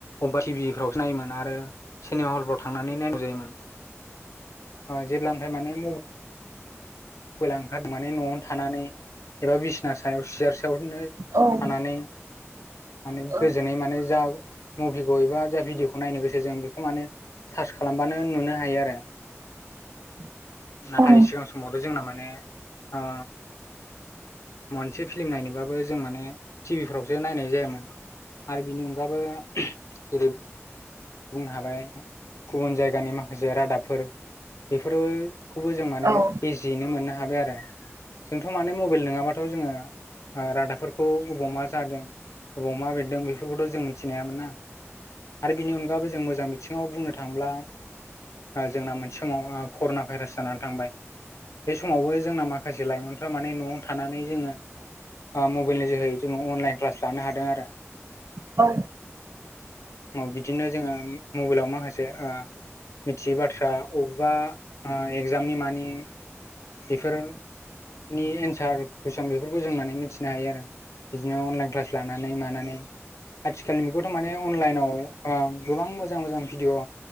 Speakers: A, on the left (about 80°); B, on the right (about 80°).
A: अबेबा टिभिफ्राव नायोमोन आरो सिनेमा हलफोराव थांनानै नायगौ जायोमोन। जेब्लानिफाय माने म मबेला ओंखार माने नवावनो थानानै एबा बिसना सायाव सो <unintelligible>
B: औ औ
A: थानानै माने
B: थ'
A: गोजोनै माने जा मुभिखौ एबा जा भिडिअखौ नायनो गोसो जों बेखौ माने सार्च खालामबानो नुनो हायो आरो।
B: <inaudible>
A: नाथाय
B: आं
A: सिगां समावथ' जोंना माने ओ मोनसे फिल्म नायनोबाबो जों माने टिभिफ्रावसो नायनाय जायामोन। आरो बिनि अनगाबो जेरै बुंनो हाबाय गुबुन जायगानि माखासे रादाबफोर बेफोरबो खौबो जों माने
B: ओ दायो
A: इजियैनो मोननो हाबाय। आरो जोंथ' माने मबाइल नङाबाथ' जोङो रादाबफोरखौ अबाव मा जादों अबाव मा बेरदों बेफोर फोरखौथ' जों मिथिनो हायामोन ना आरो बिनि अनगाबो जों मोजां बिथिङाव बुंनो थांब्ला जोंना मोनसे समाव कर'ना भाइरास जानानै थांबाय बे समावबो जोंना माखासे लाइमोनफ्रा माने न'आव थानानै जोङो मबाइलनि जोहै जोङो अनलाइन क्लास लानो हादों। आरो
B: औ।
A: बिदिनो जोङो मबाइलाव माखासे ओ मिथियै बाथ्रा अबेबा एगजामनि मानि बेफोर नि एन्सार कुइसन बेफोरखौ जों माने मिथिनो हायो आरो। बिदिनो अनलाइन क्लास लानानै मानानै आथिखालनि मुगायावथ' माने अनलाइनाव ओ गोबां मोजां मोजां भिडिअ